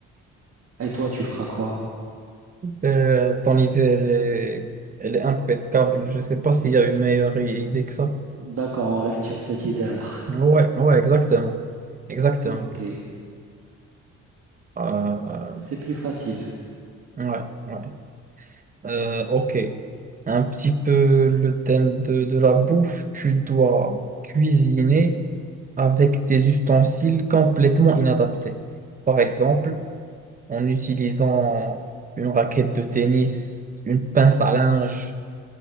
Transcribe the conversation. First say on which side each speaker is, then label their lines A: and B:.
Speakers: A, on the right (about 50°); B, on the right (about 25°).
A: Et toi, tu feras quoi?
B: Euh, ton idée, elle est, elle est impeccable. Je ne sais pas s'il y a une meilleure idée que ça.
A: D'accord, on reste sur cette idée-là. <laughs>
B: Ouais, ouais, exactement. Exactement.
A: Ok, donc
B: Euh,
A: c'est plus facile.
B: ouais, ouais. Euh, ok. Un petit peu le thème de, de la bouffe. Tu dois cuisiner avec des ustensiles complètement inadaptés. Par exemple, en utilisant une raquette de tennis, une pince à linge.